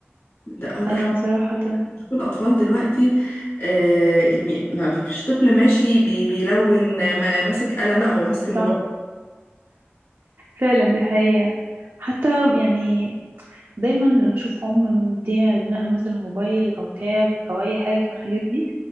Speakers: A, on the left; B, on the right.
A: لا ده
B: آه
A: حتى
B: صراحة
A: شوف الاطفال دلوقتي آه يعني ما فيش طفل ماشي بي بيلون ما ماسك قلم لا هو ماسك
B: صح
A: الموبايل
B: فعلا دي حقيقة حتى يعني دايما لما أشوف أم مدية ابنها مثلا موبايل أو تاب أو أي حاجة من الحاجات دي